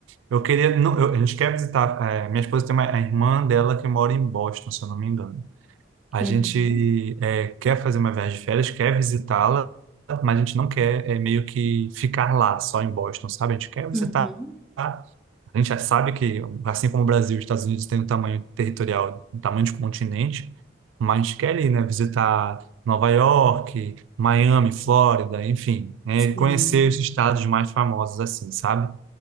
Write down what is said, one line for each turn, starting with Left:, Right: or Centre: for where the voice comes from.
Right: Eu queria. Não, eu- a gente quer visitar. eh, minha esposa tem uma, a irmã dela que mora em Boston, se eu não me engano. A
Centre: Uhum.
Right: gente é, quer fazer uma viagem de férias, quer visitá-la, mas a gente não quer é, meio que ficar lá, só em Boston, sabe? A gente quer visitar.
Centre: Uhum.
Right: A gente já sabe que, assim como o Brasil, os Estados Unidos têm um tamanho territorial, um tamanho de continente, mas a gente quer ir, né? Visitar Nova York, Miami, Flórida, enfim, né?
Centre: Sim.
Right: Conhecer os estados mais famosos, assim, sabe?